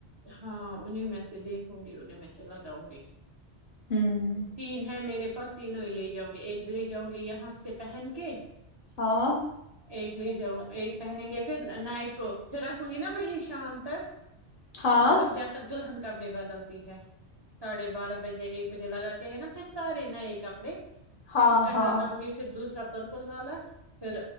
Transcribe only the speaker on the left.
ہوں
ہاں
ہاں
ہاں
ہاں